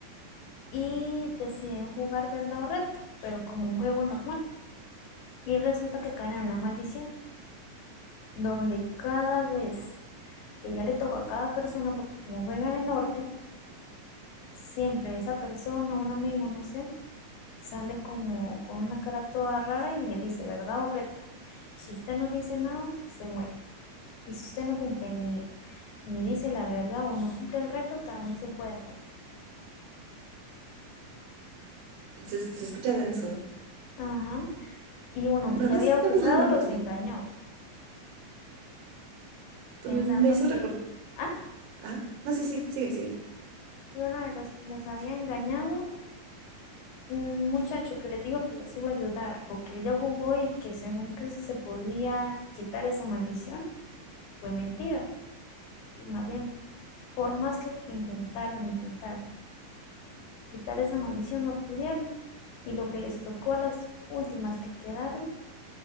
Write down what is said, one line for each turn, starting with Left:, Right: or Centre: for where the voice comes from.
Left: Y deciden jugar Verdad o Reto, pero como un juego normal. Y resulta que caen en una maldición, donde cada vez que ya le toca a cada persona, porque como juega en el norte, siempre esa persona, un amigo, no sé, sale como con una cara toda rara y le dice verdad o reto. Si usted no dice nada, se muere. Y si usted no cumple ni, ni dice la verdad o no cumple el reto, también se puede morir.
Right: Se, se escucha denso.
Left: Ajá. Y uno
Right: No,
Left: que ya
Right: no
Left: había
Right: sé,
Left: jugado
Right: tal vez le dé una
Left: los
Right: oportunidad.
Left: engañó,
Right: Tú
Left: pensando
Right: Me me hizo
Left: que,
Right: recordar.
Left: ah,
Right: Ah, no, sí, sí, sigue, sigue.
Left: y uno de los que los había engañado un muchacho que les dijo que los iba a ayudar porque ella jugó y que según que se podía quitar esa maldición, fue mentira. Y más bien, por más que intentaron, intentaron quitar esa maldición, no pudieron. Y lo que les tocó a las últimas que quedaron